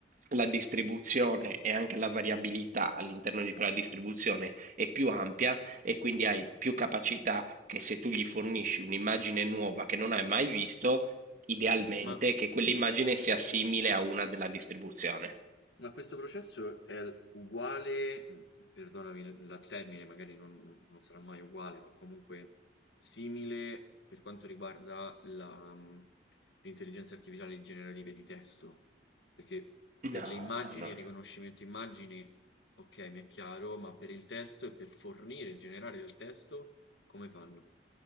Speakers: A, on the right; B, on the left.
A: la distribuzione e anche la variabilità all'interno di quella distribuzione è più ampia e quindi hai più capacità che se tu gli fornisci un'immagine nuova che non hai mai visto, idealmente
B: Ma
A: che quell'immagine sia simile a una della distribuzione.
B: Ma questo processo è uguale, perdonami la termine, magari non, non sarà mai uguale, ma comunque simile per quanto riguarda la, mh, l'intelligenza artificiale generativa di testo, perché per
A: No,
B: le immagini,
A: no, no,
B: il
A: no.
B: riconoscimento immagini, ok, mi è chiaro, ma per il testo e per fornire e generare il testo, come fanno?